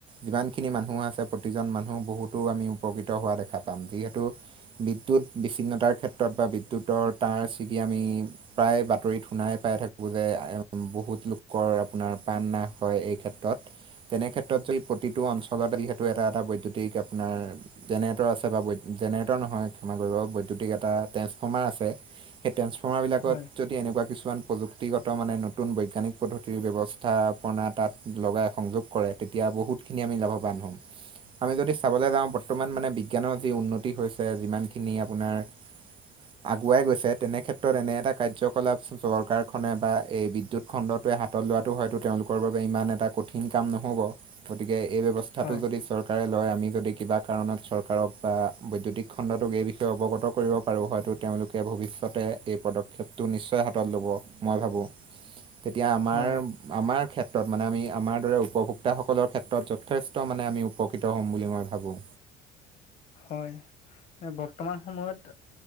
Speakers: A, on the right; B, on the left.
A: যিমানখিনি মানুহ আছে প্ৰতিজন মানুহ বহুতো আমি উপকৃত হোৱা দেখা পাম। যিহেতু- বিদ্যুৎ বিচ্ছিন্নতাৰ ক্ষেত্ৰত বা বিদ্যুতৰ তাঁৰ ছিগি আমি- প্ৰায় বাতৰিত শুনাই পাই থাকো যে বহুত লোকৰ আপোনাৰ প্ৰাণ নাশ হয় এই ক্ষেত্ৰত। তেনে ক্ষেত্ৰত যদি প্ৰতিটো অঞ্চলত যিহেতু এটা এটা বৈদ্যুতিক আপোনাৰ- জেনেৰেটৰ আছে বা জেনেৰেটৰ নহয় ক্ষমা কৰিব, বৈদ্যুতিক এটা ট্ৰেন্সফৰ্মাৰ আছে- সেই ট্ৰেন্সফৰ্মাৰ বিলাকত-
B: হয়
A: যদি এনেকুৱা কিছুমান প্ৰযুক্তিগত মানে নতুন বৈজ্ঞানিক পদ্ধতিৰ ব্যৱস্থাপনা তাত- লগাই সংযোগ কৰে তেতিয়া বহুতখিনি আমি লাভৱান হ'ম। আমি যদি চাবলৈ যাওঁ ব বৰ্তমান মানে বিজ্ঞানৰ যি উন্নতি হৈছে যিমানখিনি আপোনাৰ-
B: <unintelligible>
A: আগুৱাই গৈছে তেনে ক্ষেত্ৰত এনে এটা কাৰ্যকলাপ চৰকাৰখনে বা এই বিদ্যুৎ- খণ্ডটোৱে হাতত লোৱাটো হয়তো তেওঁলোকৰ বাবে ইমান এটা কঠিন কাম নহ'ব গতিকে এই ব্যৱ ব্যৱস্থাটো
B: হয়
A: যদি চৰকাৰে লয় আমি যদি কিবা কাৰণত চৰকাৰক বা বৈদ্যুতিক খণ্ডটোক এই বিষয়ে অৱগত কৰিব পাৰোঁ হয়তো তেওঁলোকে ভৱিষ্যতে এই পদক্ষেপটো নিশ্চয় হাতত ল'ব মই ভাবোঁ
B: <unintelligible>
A: তেতিয়া আমাৰ
B: হয়
A: আমাৰ ক্ষেত্ৰত মানে আমি আমাৰ দৰে উপভোক্তাসকলৰ ক্ষেত্ৰত যথেষ্ট মানে আমি উপকৃত হ'ম বুলি মই ভাবোঁ
B: হয় বৰ্তমান সময়ত